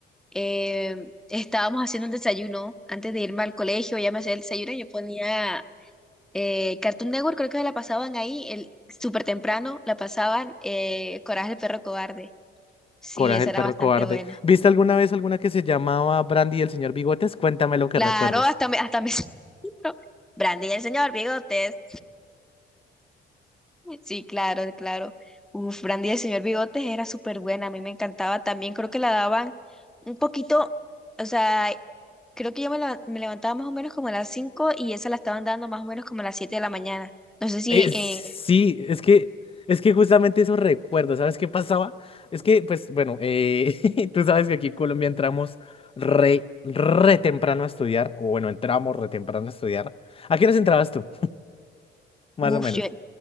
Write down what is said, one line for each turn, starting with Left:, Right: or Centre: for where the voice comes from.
Centre: eh, estábamos haciendo un desayuno antes de irme al colegio, ya me hacía el desayuno, y yo ponía eh, Cartoon Network, creo que la pasaban ahí, el, súper temprano, la pasaban eh, Coraje el perro cobarde. Sí,
Left: Coraje
Centre: esa
Left: el
Centre: era
Left: perro
Centre: bastante
Left: cobarde.
Centre: buena.
Left: ¿Viste alguna vez alguna que se llamaba Brandy y el señor Bigotes? Cuéntame lo que
Centre: Claro,
Left: recuerdes.
Centre: hasta me, hasta me... <laughs> Brandy y el señor Bigotes. Sí, claro, claro. Uf, Brandy del Señor Bigotes era súper buena, a mí me encantaba también. Creo que la daban un poquito, o sea, creo que yo me, leva- me levantaba más o menos como a las 5 y esa la estaban dando más o menos como a las 7 de la mañana. No sé si,
Left: Eh,
Centre: eh,
Left: sí, es que, es que justamente eso recuerdo ¿sabes qué pasaba? Es que, pues, bueno, eh, <laughs> tú sabes que aquí en Colombia entramos re, re temprano a estudiar, o bueno, entramos re temprano a estudiar. ¿A qué horas entrabas tú? Más
Centre: uf,
Left: o menos.
Centre: yo-